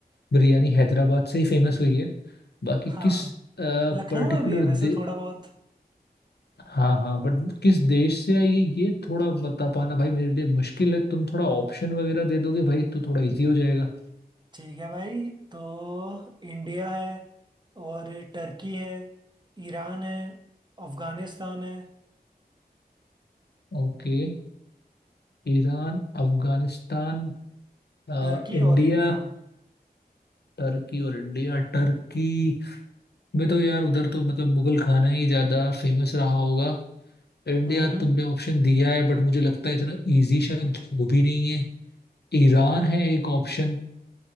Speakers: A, on the left; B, on the right.
A: बिरयानी हैदराबाद से ही फेमस हुई है बाकी
B: हाँ
A: किस पर्टिकुलर
B: लखनऊ में भी है वैसे
A: दे
B: थोड़ा बहुत
A: हाँ हाँ बट किस देश से आई है ये थोड़ा बता पाना भाई मेरे लिए मुश्किल है तुम थोड़ा ऑप्शन वगैरह दे दोगे भाई तो थोड़ा इजी हो जाएगा
B: ठीक है भाई तो इंडिया है और टर्की है ईरान है अफगानिस्तान है
A: Okay Iran Afghanistan अ,
B: टर्की
A: India
B: और इंडिया
A: Turkey और इंडिया टर्की में तो यार उधर तो मतलब मुगल खाना ही ज्यादा फेमस रहा होगा इंडिया
B: हम्म
A: तुमने ऑप्शन दिया है बट मुझे लगता है इतना इजी शायद वो भी नहीं है ईरान है एक ऑप्शन